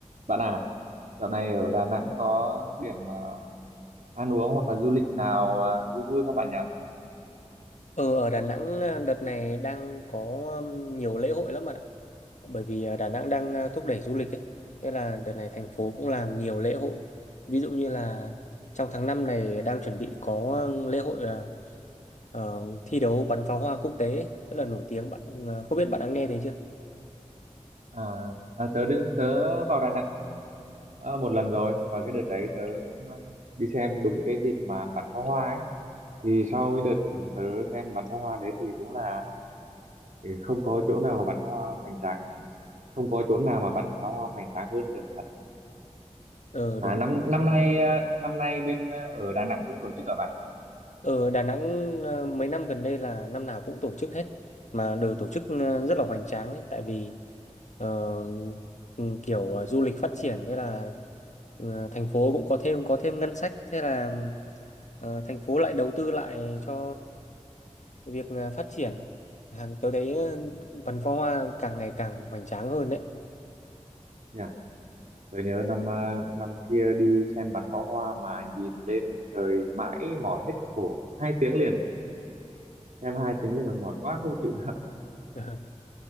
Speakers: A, on the right (about 85°); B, on the left (about 75°).
A: Bạn à, dạo này ở Đà Nẵng có điểm à, ăn uống hoặc là du lịch nào à, vui vui không bạn nhỉ?
B: Ờ, ở Đà Nẵng à, đợt này đang có um, nhiều lễ hội lắm bạn ạ. Bởi vì à, Đà Nẵng đang à, thúc đẩy du lịch ấy. Thế là đợt này thành phố cũng làm nhiều lễ hội. Ví dụ như là trong tháng 5 này đang chuẩn bị có um, lễ hội à, ờ, thi đấu bắn pháo hoa quốc tế ấy, rất là nổi tiếng. Bạn à, không biết bạn đã nghe thấy chưa?
A: À, à, tớ đứng tớ vào Đà Nẵng à, một lần rồi và cái đợt đấy tớ cũng à, đi xem đúng cái dịp mà bắn pháo hoa ấy. Thì sau cái đợt ừ, tớ xem bắn pháo hoa đấy thì đúng là thì không có chỗ nào mà bắn pháo hoa hoành tráng, không có chỗ nào mà bắn pháo hoa hoành tráng hơn được thật.
B: Ờ
A: À,
B: đúng.
A: năm
B: rồi.
A: năm nay à, năm nay bên à, ở Đà Nẵng cũng tổ chức ở bạn.
B: Ở Đà Nẵng à, mấy năm gần đây là năm nào cũng tổ chức hết mà đều tổ chức à, rất là hoành tráng ấy tại vì ờ, ừ, kiểu à, du lịch phát triển thế là Ờ, thành phố cũng có thêm có thêm ngân sách thế là ờ, thành phố lại đầu tư lại cho việc ờ, phát triển hàng tôi thấy ờ,
A: Ừ.
B: Văn Phó Hoa càng ngày càng hoành tráng hơn đấy
A: yeah. Tôi nhớ năm à, năm kia đi xem bắn pháo hoa mà nhìn lên trời mãi mỏi hết cả cổ hai tiếng liền xem hai tiếng liền mà mỏi quá không chịu được
B: <laughs>